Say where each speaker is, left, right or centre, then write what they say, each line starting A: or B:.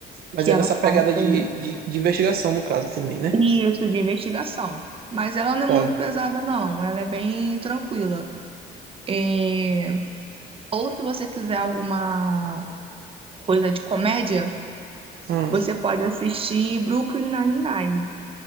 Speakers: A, on the right; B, on the right.
A: Mas
B: que
A: é
B: ela
A: nessa pegada
B: fala
A: de,
B: sobre
A: de, de investigação, no caso, também, né?
B: Isso, de investigação. Mas ela não
A: Tá.
B: é muito pesada, não. Ela é bem tranquila. É, Ou se você quiser alguma coisa de comédia,
A: Ah.
B: você pode assistir Brooklyn Nine-Nine.